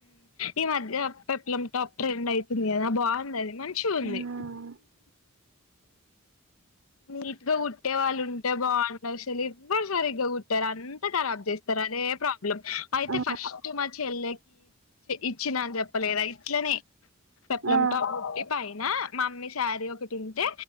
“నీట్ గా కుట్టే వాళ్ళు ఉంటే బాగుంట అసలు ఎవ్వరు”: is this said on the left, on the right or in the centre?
Left